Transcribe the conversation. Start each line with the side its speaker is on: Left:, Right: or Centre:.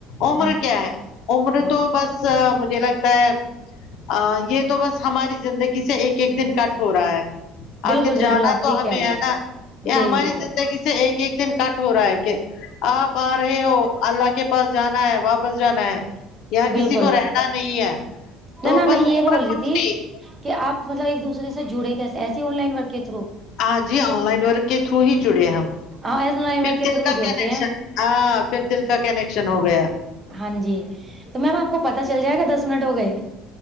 Left: عمر
Right: ہاں
Left: کیا ہے عمر
Right: ہاں
Left: تو بس مجھے لگتا ہے ا یہ تو بس ہماری زندگی سے ایک ایک دن کٹ ہو رہا ہے
Right: بالکل
Left: خر
Right: بالکل
Left: جانا
Right: آپ
Left: تو
Right: ٹھیک
Left: ہمیں
Right: کہہ رہے
Left: ہے
Right: ہو
Left: نا یہاں
Right: جی
Left: ہماری
Right: بالکل
Left: زندگی سے ایک ایک دن کٹ ہو رہا ہے کہ آپ رہے ہو اللہ کے پاس جانا ہے واپس جانا ہے یہاں
Right: بالکل
Left: کسی کو رہنا نہیں ہے
Right: نہ
Left: تو
Right: نہ میں
Left: بس
Right: یہ
Left: عمر
Right: بول رہی
Left: کچھ
Right: تھی
Left: نہیں
Right: کہ آپ مطلب ایک دوسے سے جڑے کیسے ایسی آن لائن ورک کے تھرو
Left: ہاں جی آن لائن ورک کے تھرو ہی جڑے ہیں ہم
Right: آن لائن
Left: پھر
Right: ورک کے
Left: دل
Right: تھرو ہی
Left: کا
Right: جوڑتے
Left: کنیکشن
Right: ہیں
Left: ہاں پھر دل کا کنیکشن ہو گیا
Right: ہاں جی تو میم آپ کو پتا چل جائے گا دس منٹ ہو گئے